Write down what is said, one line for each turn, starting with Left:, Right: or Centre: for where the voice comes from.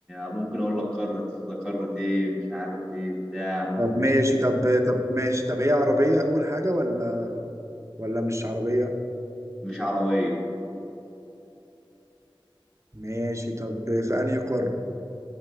Centre: ممكن أقول لك قارة ده قارة إيه مش عارف إيه بتاع
Right: طب ماشي طب طب ماشي طب هي عربية أول حاجة ولا ولا مش عربية؟
Centre: مش عربية
Right: ماشي طب في أنهي قارة؟